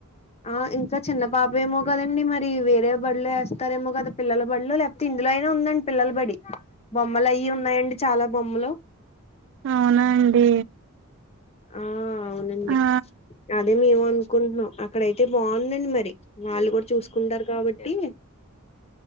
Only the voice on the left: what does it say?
ఆ ఇంకా చిన్న పాపేమో కదండి మరీ వేరే బల్లో వేస్తారేమో కద పిల్లల బల్లో లేకపోతే ఇందులో అయినా ఉందన్ పిల్లల్ బడి బొమ్మలు అయ్యి ఉన్నాయండి చాలా బొమ్మలు
ఆ అవునండి
అదే మేము అనుకుంటున్నాం అక్కడయితే బావుందడి మరి వాళ్ళు కూడ చూసుకుంటారు కాబట్టీ